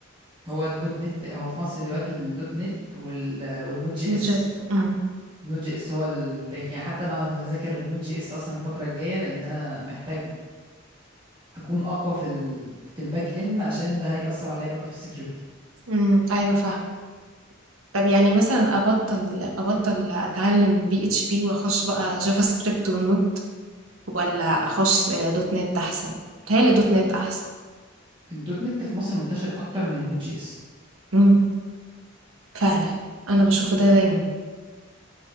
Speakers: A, on the right (about 25°); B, on the right (about 85°).
A: هو الدوت نت هو في مصر دلوقتي الدوت نت وال... والنوت جي
B: نوت
A: اس
B: جيس امم
A: نود جي اس هو ال... ده يعني حتى انا هذاكر نود جي اس اصلا الفتره الجايه لان انا محتاج اكون اقوى في ال... في الباك اند عشان ده هيأثر عليا برضه في السكيورتي
B: أمم، ايوه فاهمه طب يعني مثلا ابطل ابطل اتعلم بي اتش بي واخش بقى جافا سكريبت ونود ولا اخش دوت نت احسن بتهيألي دوت نت احسن
A: الدوت نت في مصر منتشر اكتر من النود جي اس
B: امم فعلا انا بشوف ده دايما